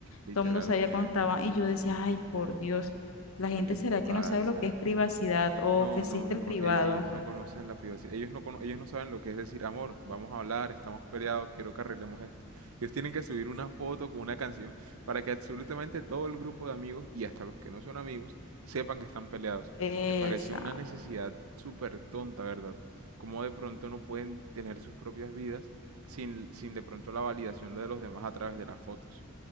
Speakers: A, on the right; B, on the left.
A: Literalmente,
B: Todo el mundo sabía cuando estaban y yo decía, ay, por Dios, la
A: ¿qué
B: gente
A: les
B: será
A: pasa?
B: que no sabe lo que es privacidad o
A: No,
B: que existe
A: no, no,
B: el privado.
A: ellos, ellos no conocen la privacidad, ellos no, cono- ellos no saben lo que es decir, amor, vamos a hablar, estamos peleados, quiero que arreglemos esto. Ellos tienen que subir una foto con una canción para que absolutamente todo el grupo de amigos y hasta los que no son amigos sepan que están peleados.
B: Esa.
A: Me parece una necesidad súper tonta, ¿verdad? Como de pronto no pueden tener sus propias vidas sin, sin de pronto la validación de los demás a través de las fotos.